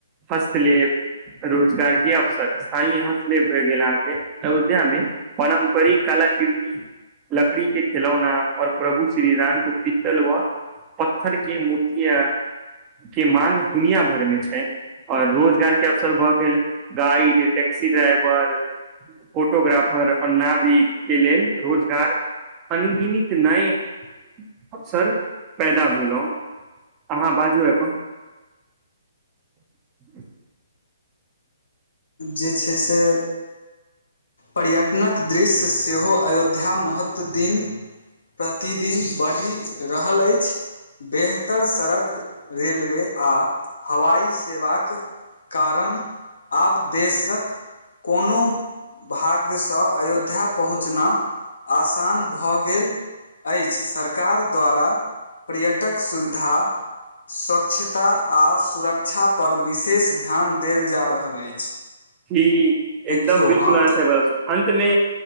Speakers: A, on the right (about 25°); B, on the left (about 70°).
A: फस्तलेप- रोजगार के अवसर स्थायी <unintelligible> भए गेल अहाँके अयोध्या में। पारम्परिक कला कीर्ति लकड़ी के खेलौना औ प्रभु श्री राम के पित्तल व- पत्थर के मूर्तिया के माँग दुनिया भर मे छै ओर रोजगार के अवसर भ गेल गाइड टैक्सी ड्राइवर फोटोग्राफर अ ना भी के लेल रोजगार अनगिणित नैय अबसर पैदा भेलउ अहाँ बाजू आब <inaudible>
B: जे छै से पर्यटनक दृश्य सेहो अयोध्या महत्त्व दिन प्रतिदिन बढ़ि रहल अछि। बेहतर सड़क रेलवे आ हवाई सेवाक कारण आब देशक कोनो भाग्य स अयोध्या पहुँचना आसान भऽ गेल अइछ सरकार द्वारा पर्यटक सुविधा स्वच्छता आ सुरकक्षा पर विशेष ध्यान देल जा रहल अछि।
A: ठीक
B: देखियौ
A: एकदम बिलकुल
B: हम
A: आहाँ
B: तऽ
A: सब <unintelligible> अन्त मे